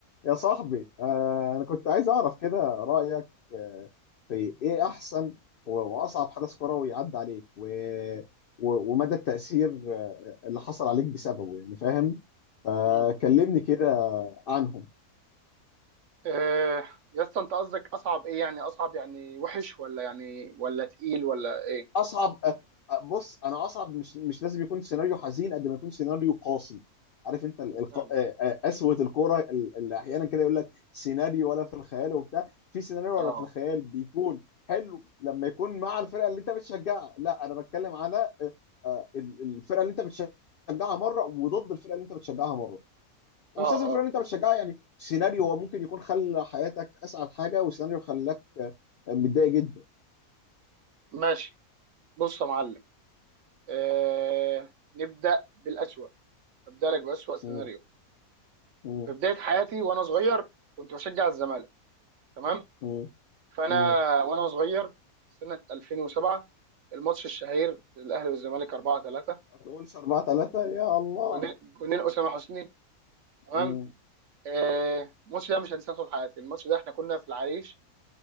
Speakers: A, on the left (about 70°); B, on the right (about 65°).
A: يا صاحبي آه، انا كنت عايز اعرف كده رايك آه، في ايه احسن و- واصعب حدث كروي عدى عليك و... و... ومدى التاثير آه، اللي حصل عليك بسببه يعني فاهم فكلمني
B: امم
A: كده عنهم
B: إيه يا اسطى انت قصدك اصعب ايه يعني اصعب يعني وحش ولا يعني ولا تقيل ولا ايه
A: اصعب أ- أ- بص انا اصعب مش مش لازم يكون سيناريو حزين قد ما يكون سيناريو قاسي عارف انت ال- الق...
B: مم.
A: آه، آه، قسوه الكوره ال- اللي احيانا كده يقول لك سيناريو ولا في الخيال وبتاع في سيناريو
B: اه
A: ولا في الخيال بيكون حلو لما يكون مع الفرقه اللي انت بتشجعها لا انا بتكلم على آه، آه، ال- الفرقه اللي انت بتشجعها مره وضد الفرقه اللي انت بتشجعها مره ومش
B: اه
A: لازم الفرقه
B: اه
A: اللي انت بتشجعها يعني سيناريو هو ممكن يكون خلى حياتك اسعد حاجه وسيناريو خلاك آه، متضايق جدا
B: ماشي بص يا معلم إيه نبدا بالاسوأ ابدا لك باسوأ سيناريو
A: مم. مم.
B: في بدايه حياتي وانا صغير كنت بشجع الزمالك تمام
A: مم.
B: فانا
A: مم.
B: وانا صغير سنه 2007 الماتش الشهير الاهلي والزمالك 4 3
A: ما تقولش 4 3 يا الله
B: جونين جونين اسامه حسني تمام
A: مم.
B: آه، الماتش ده مش هنساه طول حياتي الماتش ده احنا كنا في العريش